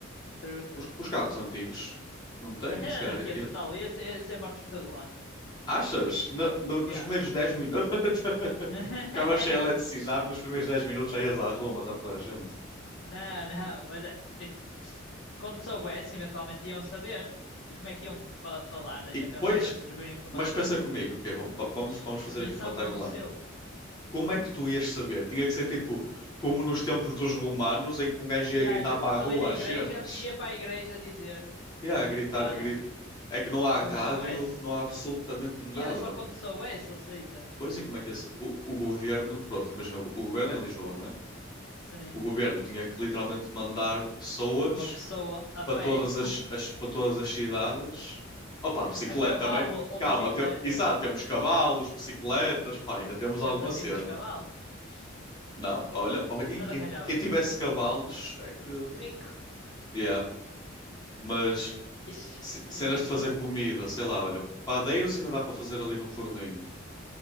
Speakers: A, on the left; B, on the left.
A: True, true.
B: Os, os carros antigos não têm,
A: Era
B: se calhar.
A: anarquia
B: E-
A: total, ia ser, ia ser morto por todo lado,
B: Achas? No- no- nos
A: yeah.
B: primeiros 10 minutos <laughs>
A: <laughs>
B: ficava cheia de eletricidade, nos primeiros 10 minutos já ias à Roma, está toda a gente.
A: Não, não, mas é, tipo, quando soubesse, eventualmente iam saber. E como é que iam para falar? Deixa
B: E depois,
A: eu pensar para distribuir a informação.
B: Mas pensa comigo, ok, va- va- vamos,
A: Mas
B: vamos fazer
A: ninguém
B: aqui
A: sabe
B: uma timeline.
A: o que aconteceu.
B: Como é que tu ias saber? Tinha que ser tipo, como nos tempos dos romanos, em que um gajo
A: E
B: ia gritar
A: a jo-
B: para a rua
A: ali na
B: as
A: igreja,
B: cenas.
A: ia para a igreja dizer,
B: Yeah, gritar,
A: o padre,
B: gri- É que não há
A: quando
B: rádio,
A: soubesse.
B: não há absolutamente nada.
A: E era só quando soubesse, ou seja,
B: Pois, e como é que esse... o, o governo, pronto, imagina, o, o governo é em Lisboa, não é?
A: sim,
B: O governo tinha que literalmente mandar pessoas
A: uma pessoa a
B: para
A: pé,
B: todas as, as- para todas as cidades. Opa,
A: <laughs>
B: bicicleta
A: a cavalo
B: também.
A: ou
B: Calma,
A: bicicleta,
B: te- exato,
A: já,
B: temos cavalos, bicicletas, pá, ainda temos
A: demos
B: alguma
A: assim
B: cena.
A: muitos cavalos. Mas
B: Não, olha, oh, e
A: mas
B: quem,
A: arranjava-se.
B: quem tivesse
A: um.
B: cavalos é que.
A: Rico.
B: Yeah. Mas
A: Ixi,
B: ce-
A: que
B: cenas
A: regressão.
B: de fazer comida, sei lá, olha, padeiros ainda dá para fazer ali no forninho.